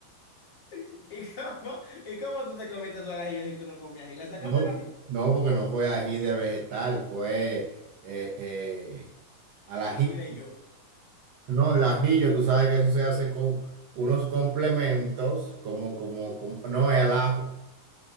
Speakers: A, on the left (about 55°); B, on the right (about 70°).
A: <laughs> ¿Y cómo, y cómo tú te comiste eso al ajillo si tú no comías ají? ¿Le sacaste
B: No,
A: el ají?
B: no, porque no fue ají de vegetal, fue eh, eh, al ají.
A: Ají de yo. <laughs>
B: No, el ajillo, tú sabes que eso se hace con unos complementos, como, como, como- no, es al ajo.